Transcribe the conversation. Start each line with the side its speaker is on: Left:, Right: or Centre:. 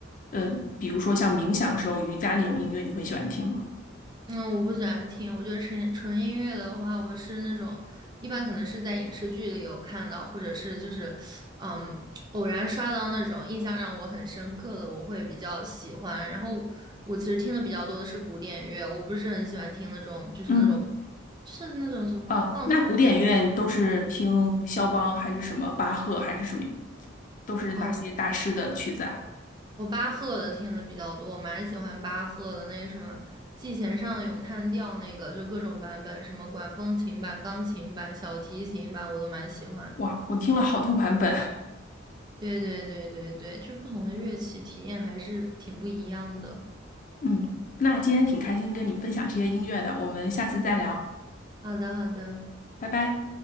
Left: 呃，比如说像冥想时候瑜伽那种音乐，你会喜欢听吗？
Right: 嗯，我不喜欢听，我觉得纯纯音乐的话，我是那种一般可能是在影视剧里有看到，或者是就是嗯偶然刷到那种印象让我很深刻的，我会比较喜欢。然后我其实听的比较多的是古典乐，我不是很喜欢听那种就是那种
Left: 嗯。
Right: 就是那种什么放松的时候
Left: 啊，那古典乐都是听肖邦还是什么巴赫还是什么，都是哪些大师的曲子啊？
Right: 啊，我巴赫的听的比较多，我蛮喜欢巴赫的那个什么《季弦上的咏叹调》那个，就各种版本，什么管风琴版、钢琴版、小提琴版，我都蛮喜欢。
Left: 哇，我听了好多版本。
Right: 对对对对对，就不同的乐器体验还是挺不一样的。
Left: <laughs> 嗯，那今天挺开心跟你分享这些音乐的，我们下次再聊，
Right: 嗯好的，好的。
Left: 拜拜。